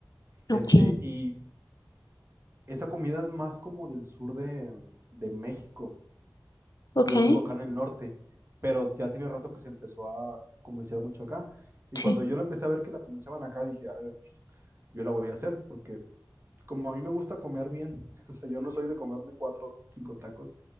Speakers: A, on the right (about 35°); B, on the left (about 60°).
A: Este,
B: Ok.
A: y esa comida es más como del sur de, de México.
B: Ok.
A: Yo vivo acá en el norte, pero ya tiene rato que se empezó a comerciar mucho acá. Y
B: Sí.
A: cuando yo la empecé a ver que la comerciaban acá, dije, a ver, yo la voy a hacer, porque como a mí me gusta comer bien, <laughs> o sea, yo no soy de comerme cuatro, cinco tacos.